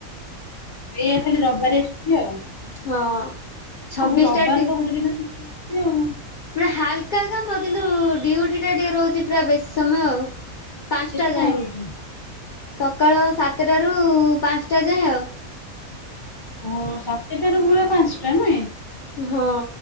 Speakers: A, on the left; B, on the left.
A: ଏଇଆ ଖାଲି ରବିବାରିଆ ଛୁଟି ଆଉ।
B: ହଁ ଛବିଶ
A: ଓହୋ ରବିବାର
B: ଟା ଡି
A: ତ ଗୋଟେ ଦିନ ଛୁଟି ମିଳୁଛି ଆଉ
B: ମାନେ ହାଲକା କାମ କିନ୍ତୁ ଡ୍ୟୁଟି ଟା ଟିକେ ରହୁଛି ପୁରା ବେଶୀ ସମୟ ଆଉ। ପାଞ୍ଚଟା
A: କେତେ ସମୟ
B: ଯାଏଁ
A: ରହୁଛି?
B: ସକାଳ ସାତଟାରୁ ପାଞ୍ଚଟା ଯାଏଁ ଆଉ।
A: ଓ ସାତଟ ରୁ ପୁରା ପାଞ୍ଚଟା ନୁହେଁ।
B: ହଁ